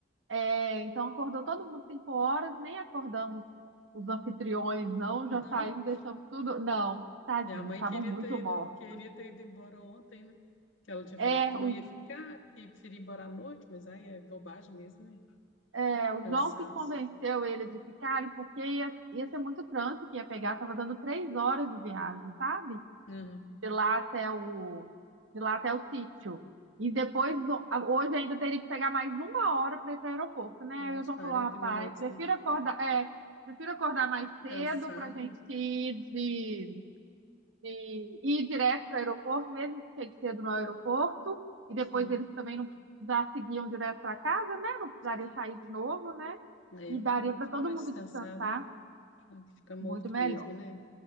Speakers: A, on the right (about 85°); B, on the left (about 80°).
A: É, então acordou todo mundo 5 horas, nem acordamos os anfitriões, não, já
B: <laughs> Não.
A: saímos, deixamos tudo. Não, tadinhos,
B: Minha mãe
A: estavam
B: queria
A: muito
B: ter ido,
A: mortos.
B: queria ter ido embora ontem, né? Que ela tinha
A: É,
B: falado que não
A: o,
B: ia ficar, que preferia ir embora à noite, mas aí é bobagem mesmo, né?
A: é, o
B: Cansaço.
A: João que convenceu eles de ficarem, porque ia, ia ser muito trânsito que ia pegar, estava dando três horas de viagem, sabe?
B: Uhum.
A: de lá até o, de lá até o sítio. E depois, o- a- hoje ainda teria que pegar mais uma hora para ir para o aeroporto, né?
B: Já
A: Aí
B: Uns
A: o João
B: quarenta
A: falou, rapaz,
B: minutos,
A: prefiro
B: né?
A: acordar, é, prefiro acordar mais cedo
B: Cansar,
A: para a gente
B: né?
A: ir, de, de- ir direto para o aeroporto, mesmo que chegue cedo no aeroporto. E depois
B: Sim,
A: eles também não já seguiam direto para casa, né? Não precisaria
B: sim.
A: sair de novo, né?
B: É,
A: E daria para
B: fica
A: todo
B: mais
A: mundo
B: descansado,
A: descansar
B: né? Fica morto
A: muito melhor,
B: mesmo, né?